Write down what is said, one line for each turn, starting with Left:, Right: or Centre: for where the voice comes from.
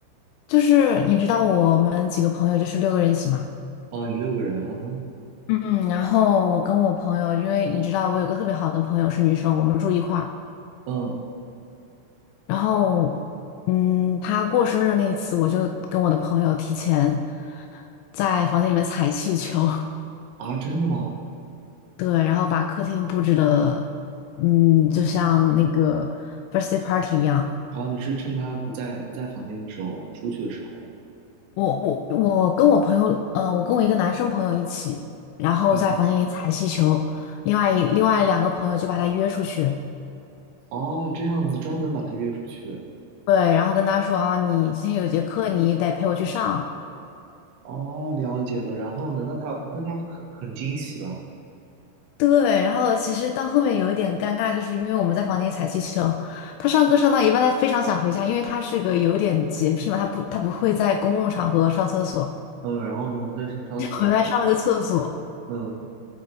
Left: 就是你知道我们几个朋友就是六个人一起嘛，
Right: 哦，你们六个人，嗯哼，
Left: 嗯，然后我跟我朋友，因为你知道我有个特别好的朋友是女生，我们住一块儿。
Right: 嗯
Left: 然后，嗯，她过生日那一次，我就跟我的朋友提前在房间里面踩气球。<laughs>
Right: 啊，真的吗？
Left: 对，然后把客厅布置的，嗯，就像那个 birthday party 一样。
Right: 啊，你是趁他不在不在房间的时候，出去的时候，
Left: 我我我跟我朋友，呃，我跟我一个男生朋友一起，然后在房间里踩气球，
Right: 嗯，
Left: 另外一另外两个朋友就把他约出去，
Right: 哦，这样子专门把他约出去，
Left: 对，然后跟他说啊，你今天有节课，你得陪我去上。
Right: 哦，了解了。然后呢，那他那他会很很惊喜吧？
Left: 对，然后其实到后面有一点尴尬，就是因为我们在房间里踩气球，他上课上到一半，他非常想回家，因为他是个有点洁癖嘛，他不他不会在公共场合上厕所，
Right: 嗯，然后呢，他就想上厕所了，
Left: 回来上了个厕所。
Right: 嗯，